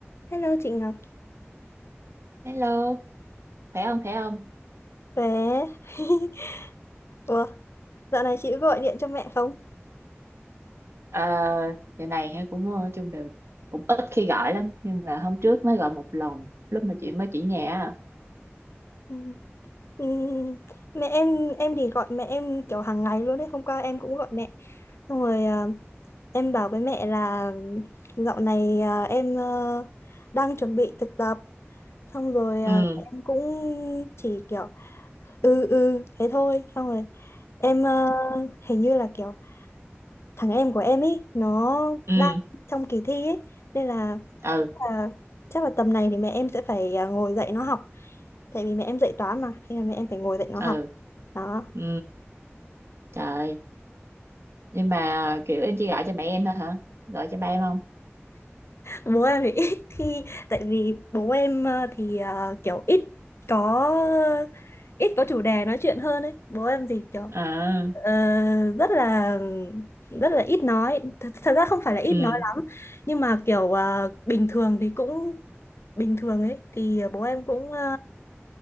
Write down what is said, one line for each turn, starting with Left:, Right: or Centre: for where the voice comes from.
Left: Hello chị Ngọc,
Right: Hello, khỏe không khỏe không?
Left: khỏe. <laughs> Ủa, dạo này chị có gọi điện cho mẹ không?
Right: Ờ, giờ này hay cũng ờ, chung đều cũng ít khi gọi lắm nhưng mà hôm trước mới gọi một lần lúc mà chị mới chỉ nhà á.
Left: Ừ. Ừ, Mẹ em em thì gọi mẹ em kiểu hàng ngày luôn đấy. Hôm qua em cũng gọi mẹ. Xong rồi à, em bảo với mẹ là dạo này à, em ờ, đang chuẩn bị thực tập. Xong rồi
Right: ừ
Left: à, em cũng chỉ kiểu ừ ừ thế thôi. Xong rồi em ờ, hình như là kiểu thằng em của em ấy nó
Right: ừ
Left: đang trong kỳ thi ấy nên là
Right: ừ
Left: là chắc là tầm này thì mẹ em sẽ phải à, ngồi dạy nó học tại vì mẹ em dạy toán mà thế là mẹ em phải ngồi dạy nó
Right: ừ
Left: học đó
Right: ừ trời ơi. nhưng mà kiểu em chỉ gọi cho mẹ em thôi hả? Gọi cho ba em không?
Left: bố em thì <laughs> ít khi tại vì bố em à, thì à, kiểu ít có ít có chủ đề nói chuyện hơn ấy bố em thì kiểu
Right: À,
Left: Ờ, rất là rất là ít nói thật, thật ra không phải là ít
Right: ừ
Left: nói lắm nhưng mà kiểu ờ, bình thường thì cũng bình thường ấy thì bố em cũng ờ,